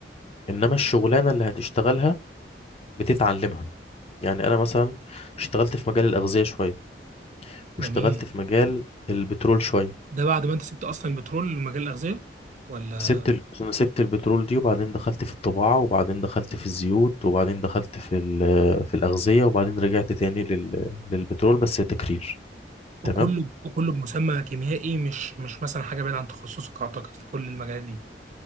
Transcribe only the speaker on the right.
جميل
ده بعد ما انت سبت اصلا البترول ومجال الاغذيه ولا
وكله
وكله بمسمى كيميائي مش مش مثلا حاجه بعيده عن تخصصك اعتقد في كل المجالات دي